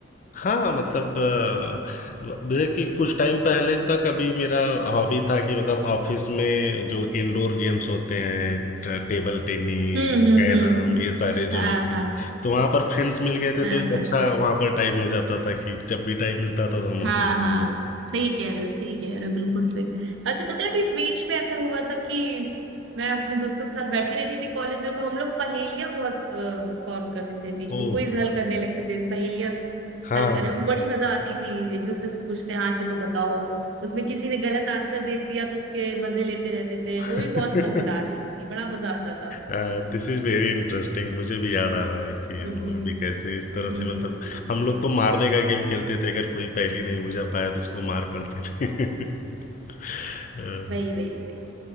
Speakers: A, on the left; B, on the right.
A: हाँ मतलब अ, मेरे कि कुछ टाइम पहले तक अभी मेरा हॉबी था कि मतलब ऑफिस में जो इंडोर गेम्स होते हैं ट- टेबल टेनिस
B: हम्म हम्म
A: कैरम
B: हम्म
A: ये सारे
B: हाँ
A: जो है कि-
B: हाँ
A: तो वहाँ पर फ्रेंड्स मिल गए थे
B: हाँ
A: तो एक
B: हाँ
A: अच्छा वहाँ पर टाइम हो जाता था कि जब भी टाइम मिलता था तो हम
B: हाँ
A: वो खेलते
B: हाँ
A: थे
B: सही कह रहे हो सही कह रहे हो बिल्कुल सही अच्छा पता है अभी बीच में ऐसा हुआ था कि मैं अपने दोस्तों के साथ बैठी रहती थी कॉलेज में तो हम लोग पहेलियां बहुत सॉल्व करते थे बीच
A: ओह
B: में क्विज हल करने लगते थे पहेलियां
A: हाँ
B: हल करने में बड़ी मजा आती थी एक दूसरे से पूछते हैं हाँ चलो बताओ उसमें किसी ने गलत आंसर दे दिया तो उसके मजे लेते रहते थे
A: <laughs>
B: वो भी बहुत मजेदार चीज थी बड़ा मजा आता था
A: This is very interesting मुझे भी याद आ रहा है कि हम
B: हम्म
A: लोग भी कैसे इस तरह
B: हम्म
A: से मतलब हम लोग तो मारने का गेम खेलते थे अगर कोई पहेली नहीं बुझा पाया तो उसको मार पड़ती थी <laughs> अ,
B: वही वही वही